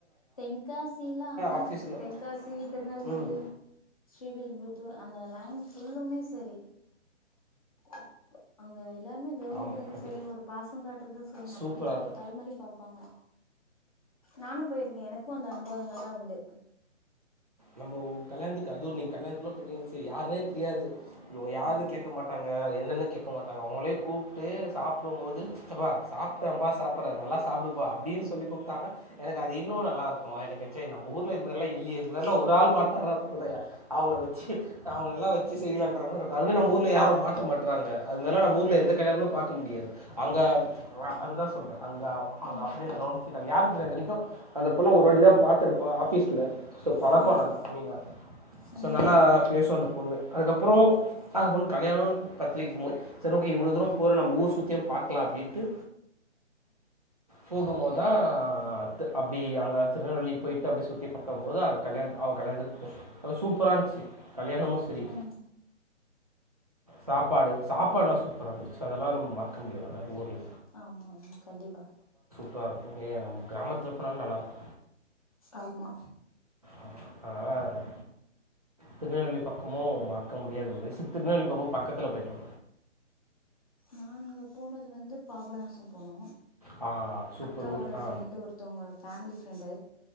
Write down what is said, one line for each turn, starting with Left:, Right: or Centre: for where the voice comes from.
Left: தென்காசிலா
Right: ஆஃபீஸில்
Left: தென்காசி திர்நெல்வேலி
Right: ம்
Left: ஸ்ரீவில்லிபுத் தூர் அந்த லைன் ஃபுல்லுமே செரி அ அங்க எல்லார்மே கவ்னிக்கிறது
Right: ஆமா அது
Left: செரி ஒரு பாசோ காட்றது செரி
Right: சூப்பரா
Left: நம்ம வீட்ல
Right: இருக்கு
Left: ஒருத்தால் மாரி பாப்பாங்க நானு போயிருக்கே எனக்கு அந்த அனுபவங்கள்லா உண்டு
Right: நம்போ கல்யாண்த்துக்கு அதுவு நீங் கல்யாண்த்துலா போய்ட்டீங்க வச்சீங் யாருனே தெரியாது இவுங்க யாருனு
Left: ஆ
Right: கேட்க மாட்டாங்க என்னன்னு கேக்க மாட்டாங்க அவுங்களே கூப்ட்டு சாப்டுமோது சித்தப்பா சாப்டம்பா சாப்பற நல்லா சாப்டுப்பா அப் டின் சொல்லி கூப்டாங்க எனக்கு அது இன்னு நல்லாருக்கோ எனக்கு செ நம்ப ஊர்ல இத் மார்லா இல்லியே இந் மேர்லா ஒரு ஆள் மாட்னா <unintelligible> போதையா அவுங்ள வெச்சி அவுங்ளெல்லா வெச்சி செய்யலான்ற மாரருக்கு அதுமே நம்ப ஊர்ல யாரு மாட் ட மாட்றாங்க அது மேர்லா நம்ப ஊர்ல எந்த கல்யாணமே பாக்க முடியாது. அங்க அ அதுதா சொல்ற அங்க அங்க
Left: ம்
Right: அப்படி என்ன கவ்ன்ச்சிக்கிட்டங்க யாருன் தெரியாது இதுவரிக்கு அந்த பொண்ண ஒருவாட்டிதா பாத்துருப்ப நா ஆஃபீஸ்ல சோ பழக்கம்
Left: ம் ம்
Right: நல்லா அ மீனு
Left: ம்
Right: சோ நல்லா பேசு அந்த பொண்ணு அதுக்கப்புறோ
Left: ம்
Right: அத பொண்ணு கல்யாணோன் பத்ரிக் <unintelligible> போத் செர் ஓகே இவ்ளோ தூரோ போறோ நம்ப ஊர் சுத்தியு பாக்கலா அப்டின்ட்டு போகும்போதா அத்த அப்டி அங்க திருநெல்வேலி போய்ட்டு அப்டி சுத்தி பாக் பாக்கும்போது அவ கல்யாண்த் அவ கல்யாணத்துக் போ அங் சூப்பரா இன்ச்சு கல்யாணமு செரி
Left: ம்
Right: சாப்பாடு சாப்பாட்லா சூப்பரா இருந்துச்சு அதெல்லா நம் மற்க்க முடியாது அந்த ஊர்ல
Left: ஆமா ஆமா கண்டிப்பா
Right: சூப்பரா இர்கோ ஏ நம்ழ க்ராமத்ல போனாலே நல்லாருக்கு
Left: ஆமா
Right: அத்னால அ திருநெல்வேலி பக்கமு மற்க்க முடியாத மேரி செர் திருநெல்வேலி பக்கமு பக்கத்துல போய்ட்டோ
Left: நாங்க போனது வந்து பாபநாசோ போனோ
Right: ஆ சூப்பர்
Left: அக்காவோட
Right: ஊர். ஆ.
Left: ஃப்ரெண்டு ஒருத்தவங்க ஃபேமிலி ஃப்ரெண்டு